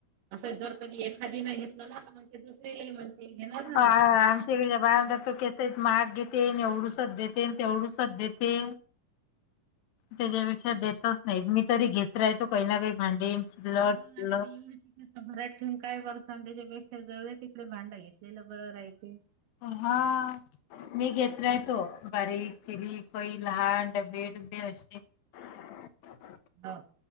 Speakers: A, on the right; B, on the left.
A: असं जर कधी एखादी नाही घेतलं ना तर. ते दुसरीलाही म्हणते घेणार ना.
B: अ आमच्याकडे ब तो केस महाग घेते ये एवढी. एसच देते तेवढुसच देते. त्यापे देतच नाही मी तरी घेत राो काही काही. भांडे शिल्लक
A: का एवढ घात ठेऊन काय करत त्याच्यापेक्षा जवळ. आप भांडा घेतलेला बरर य ते.
B: हा. मी घेतला आहे तो बारीक चिरी पई लहान डबे डबे असे. ह <inaudible>
A: हा.